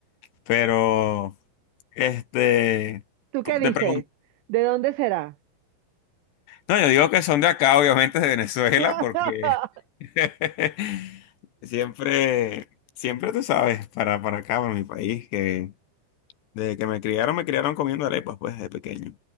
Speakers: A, on the left; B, on the right.
A: pero, este,
B: ¿Tú
A: ¿cómo
B: qué dices?
A: te pregunto,
B: ¿De dónde será?
A: No, yo digo que son de acá, obviamente de Venezuela,
B: <laughs>
A: porque <laughs> siempre, siempre tú sabes, para, para acá, para mi país, que desde que me criaron, me criaron comiendo arepas, pues, de pequeño.